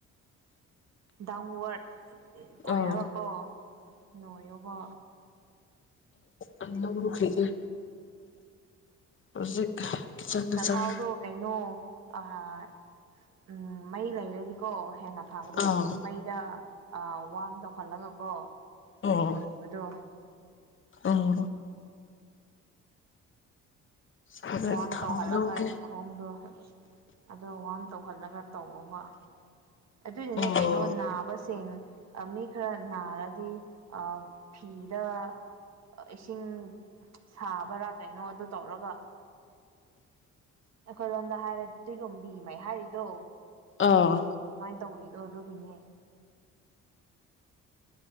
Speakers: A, on the right; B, on the left.
A: ꯗꯥꯎꯋꯔꯠ ꯑꯣꯏꯔꯒꯀꯣ
B: ꯑꯥ
A: ꯅꯣꯏꯌꯕ
B: ꯑ ꯂꯧ ꯈꯔꯤꯗ ꯍꯧꯖꯤꯛ ꯀꯤꯠꯆꯟꯗ
A: ꯆꯊꯥꯎꯗꯣ
B: ꯆꯪ
A: ꯀꯩꯅꯣ ꯑꯍ ꯎꯝ ꯃꯩ ꯂꯩꯔꯗꯤ ꯀꯣ ꯍꯦꯟꯅ ꯐꯒꯗꯕꯅꯦ
B: ꯑꯥ
A: ꯃꯩꯗ ꯑ ꯋꯥ ꯑꯃ ꯇꯧꯍꯜꯂꯒ ꯀꯣ
B: ꯑꯣ
A: ꯎ ꯏꯕꯗꯣ
B: ꯑꯣ ꯍꯧꯖꯤꯛ
A: ꯋꯥꯔꯝ
B: ꯊꯥꯎ
A: ꯇꯧꯍꯜꯂꯒ
B: ꯂꯧꯒꯦ
A: ꯈꯣꯡꯗ ꯑꯣ ꯋꯥꯔꯝ ꯇꯧꯍꯜꯂꯒ ꯇꯧꯕꯕ ꯑꯗꯨꯗꯤꯅꯦ
B: ꯑꯣ
A: ꯀꯩꯅꯣ ꯅꯥꯕꯁꯤꯡ ꯃꯤ ꯈꯔ ꯅꯥꯔꯗꯤ ꯐꯤꯗ ꯏꯁꯤꯡ ꯁꯥꯕꯔꯥ ꯀꯩꯅꯣ ꯑꯗꯨ ꯇꯧꯔꯒ ꯑꯩꯈꯣꯏꯔꯣꯝꯗ ꯍꯥꯏꯔ ꯇꯨꯔꯣꯕꯤꯉꯩ ꯍꯥꯏꯔꯤꯗꯣ
B: ꯑꯥ
A: ꯑꯗꯨꯃꯥꯏꯅ ꯇꯧꯔꯤꯗꯣ ꯑꯗꯨꯒꯤꯅꯦ